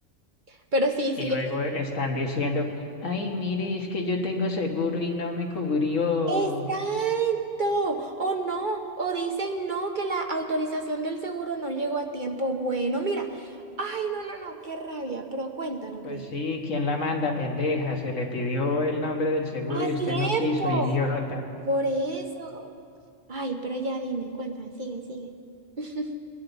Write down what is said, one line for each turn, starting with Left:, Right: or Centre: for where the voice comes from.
Right: Pero sí,
Left: Y
Right: sigue.
Left: luego están diciendo, ay, mire, es que yo tengo seguro y no me cubrió.
Right: Exacto, o no, o dicen no, que la autorización del seguro no llegó a tiempo. Bueno, mira, ay, no, no, no, qué rabia, pero cuéntalo,
Left: Pues
Right: Cristo.
Left: sí, ¿quién la manda, pendeja? Se le pidió el nombre del seguro
Right: A
Left: y usted
Right: tiempo,
Left: no quiso, idiota.
Right: por eso. Ay, pero ya dime, cuéntame, sigue, sigue. <laughs>